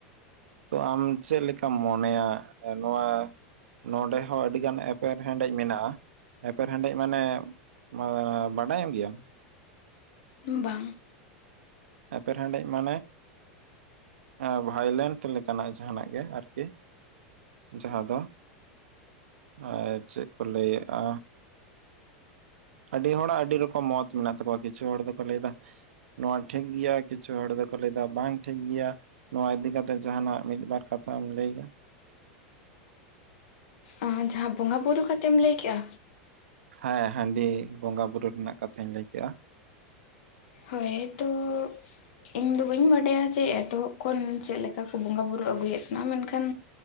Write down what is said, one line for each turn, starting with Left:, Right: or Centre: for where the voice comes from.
Right: ᱛᱚ ᱟᱢ ᱪᱮᱫ ᱞᱮᱠᱟᱢ ᱢᱚᱱᱮᱭᱟ ᱱᱚᱶᱟ? ᱱᱚᱰᱮ ᱦᱚᱸ ᱟᱹᱰᱤᱜᱟᱱ ᱮᱯᱮᱨ ᱦᱮᱸᱰᱮᱡ ᱢᱮᱱᱟᱜᱼᱟ᱾ ᱮᱯᱮᱨ ᱦᱮᱰᱮᱡ ᱢᱟᱱᱮ ᱟ ᱵᱟᱰᱟᱭᱟᱢ ᱜᱮᱭᱟᱢ?
Left: ᱵᱟᱝ᱾
Right: ᱮᱯᱮᱨ ᱦᱮᱰᱮᱡ ᱢᱟᱱᱮ, ᱮᱸ ᱵᱷᱟᱭᱞᱮᱱᱼᱼ ᱡᱚᱛᱮ ᱞᱮᱠᱟᱱᱟᱜ ᱡᱟᱦᱟᱱᱟᱜ ᱜᱮ ᱟᱨᱠᱤ, ᱡᱟᱦᱟᱸ ᱫᱚ ᱟᱨ ᱪᱮᱫ ᱠᱚ ᱞᱟᱹᱭᱮᱫᱼᱟ᱾ ᱟᱹᱰᱤ ᱦᱚᱲᱟᱜ ᱟᱹᱰᱤ ᱨᱚᱠᱚᱢ ᱢᱚᱛ ᱢᱮᱱᱟᱜ ᱛᱟᱠᱚᱣᱟ, ᱠᱤᱪᱷᱩ ᱦᱚᱲ ᱫᱚᱠᱚ ᱞᱟᱹᱭᱫᱟ᱾ ᱱᱚᱣᱟ ᱴᱷᱤᱠ ᱜᱮᱭᱟ, ᱠᱤᱪᱷᱩ ᱦᱚᱲ ᱫᱚᱠᱚ ᱞᱟᱹᱭᱫᱟ ᱵᱟᱝ ᱴᱷᱤᱠ ᱜᱮᱭᱟ᱾ ᱱᱚᱶᱟ ᱤᱫᱤᱠᱟ ᱠᱟᱛᱮᱜ, ᱡᱟᱦᱟᱸᱱᱟᱜ ᱢᱤᱫᱵᱟᱨ ᱠᱟᱛᱷᱟᱢ ᱞᱟᱹᱭᱟ?
Left: ᱟ ᱡᱟᱦᱟᱸ ᱵᱚᱸᱜᱟᱼ ᱵᱩᱨᱩ ᱠᱟᱛᱮᱢ ᱞᱟᱹᱭ ᱠᱮᱜᱼᱟ?
Right: ᱦᱮᱸ, ᱦᱟᱺᱰᱤ ᱵᱚᱸᱜᱟ ᱵᱩᱨᱩ ᱨᱮᱱᱟᱜ ᱠᱟᱛᱷᱟᱧ ᱞᱟᱹᱭ ᱠᱮᱜᱼᱟ᱾
Left: ᱦᱳᱭ ᱛᱳ ᱤᱧᱫᱚ ᱵᱟᱹᱧ ᱵᱟᱰᱟᱭᱟ, ᱡᱮ ᱮᱛᱚᱦᱚᱵ ᱠᱷᱚᱱ ᱪᱮᱫ ᱞᱮᱠᱟ ᱠᱚ ᱵᱚᱸᱜᱟᱼᱵᱩᱨᱩ ᱟᱹᱜᱩᱭᱮᱫ ᱠᱟᱱᱟ, ᱢᱮᱱᱠᱷᱟᱱ